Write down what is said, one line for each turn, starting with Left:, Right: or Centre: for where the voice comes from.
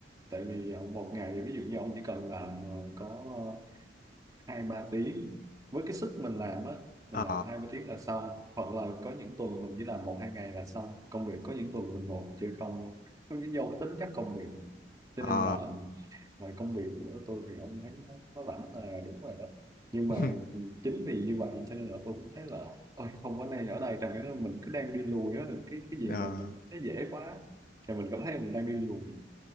Right: tại vì ờ, một ngày ví dụ như ông chỉ cần làm ờ, có hai ba tiếng với cái sức mình làm á mình
Left: Ờ
Right: làm hai ba tiếng là xong hoặc là có những tuần mình chỉ làm một hai ngày là xong công việc có những tuần mình ngồi mình chơi không luôn Nó cái do cái tính chất công việc cho
Left: ờ
Right: nên là, là công việc của tôi thì ông thấy nó, nó rảnh là đúng rồi đó nhưng mà
Left: <laughs>
Right: chính vì như vậy cho nên là tôi cũng thấy là ôi không có nên ở đây tại vì mình cứ đang đi lùi á cái cái gì
Left: ờ
Right: mà mình nó dễ quá thì mình cảm thấy mình đang đi lùi